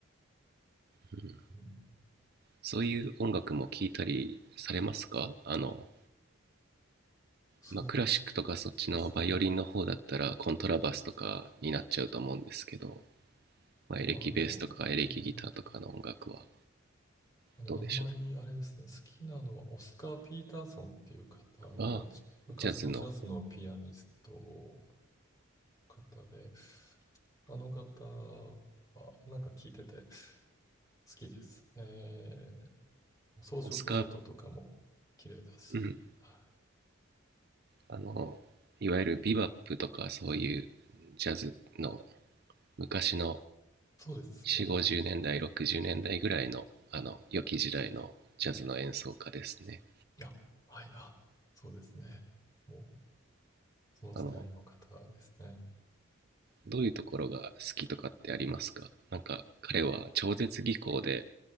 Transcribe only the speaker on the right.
うん、
そういう音楽も聴いたりされますかあの、
まあ、クラシックとかそっちのバイオリンの方だったらコントラバスとかになっちゃうと思うんですけど、
まあ、エレキベースとかエレキギターとかの音楽は
どうでしょう
あ、
ジャズの
オスカー、うん、
あの、いわゆるビバップとかそういうジャズの昔の
4、50年代、60年代ぐらいの、あの、良き時代のジャズの演奏家ですね。
あの、どういうところが好きとかってありますかなんか彼は超絶技巧で、